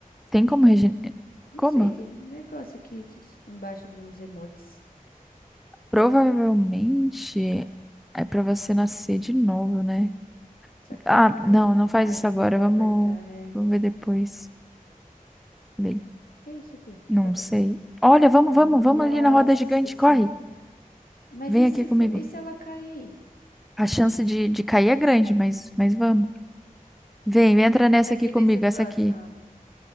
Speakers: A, in the centre; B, on the left.
A: tem como regen...
B: Não
A: Como?
B: sei, tem um negócio aqui embaixo dos emotes.
A: Provavelmente é pra você nascer de novo, né?
B: Será que
A: Ah,
B: eu vou cair?
A: não, não faz
B: Ah,
A: isso
B: não,
A: agora.
B: eu não vou
A: Vamos,
B: apertar. É...
A: vamos ver depois. Bem,
B: Que é isso aqui?
A: Não
B: Opa.
A: sei. Olha, vamos, vamos,
B: Nossa
A: vamos ali na roda gigante,
B: senhora.
A: corre.
B: Mas
A: Vem
B: e
A: aqui
B: se
A: comigo.
B: for... e se ela cair?
A: A chance de, de cair é grande, mas, mas vamos. Vem, entra nessa
B: Aqui
A: aqui comigo,
B: nesse próximo,
A: essa aqui.
B: ó.